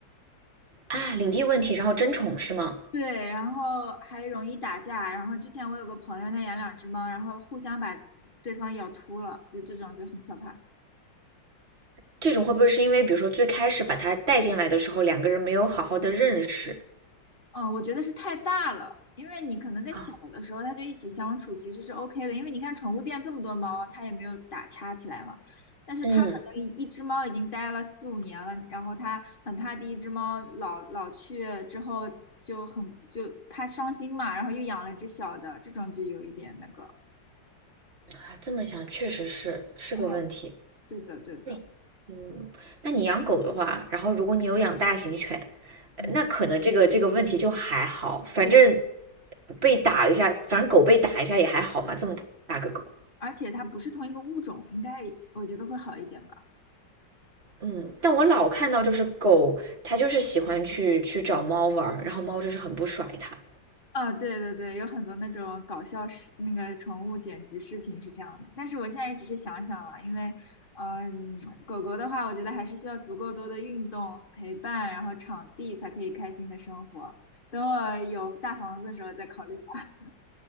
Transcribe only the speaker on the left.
对，然后还容易打架。然后之前我有个朋友，他养两只猫，然后互相把对方咬秃了，就这种就很可怕。
嗯，我觉得是太大了，因为你可能在小的时候，
它就一起相处，其实是 OK 的。因为你看宠物店这么多猫，它也没有打掐起来嘛。但是它可能一一只猫已经待了四五年了，
然后它很怕第一只猫老老去之后就很就怕伤心嘛，然后又养了只小的，这种就有一点那个。
嗯，对的，对的，
嗯，
对的。
而且它不是同一个物种，应该我觉得会好一点吧。
啊，对对对，有很多那种搞笑视那个宠物剪辑视频是这样的，但是我现在也只是想想了，因为，呃嗯、狗狗的话，我觉得还是需要足够多的运动陪伴，然后场地才可以开心的生活。等我有大房子的时候再考虑吧。<laughs>